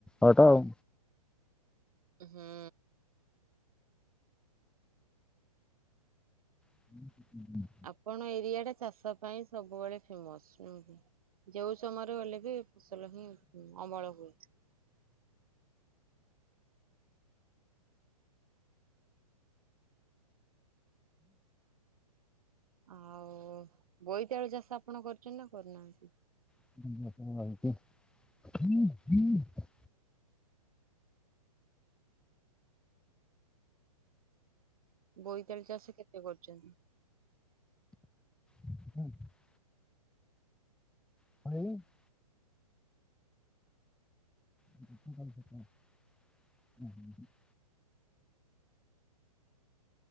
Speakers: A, in the centre; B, on the right.
A: ହଟ ଆଉ।
B: ଉ ହୁଁ।
A: <unintelligible>
B: ଆପଣ ଏରିଆ ଟା ଚାଷ ପାଇଁ ସବୁବେଳେ ଫେମସ। ନୁହଁ କି? ଯେଉ ସମୟରେ ଗଲେ ବି, ଫସଲ ହିଁ ଅମଳ ହୁଏ। ଆଉ ବୋଇତେଳୁ ଚାଷ ଆପଣ କରିଛନ୍ତି ନା କରିନାହାନ୍ତି?
A: <inaudible>
B: ବୋଇତାଳି ଚାଷ କେତେ କରିଛନ୍ତି?
A: <inaudible> <inaudible> <inaudible>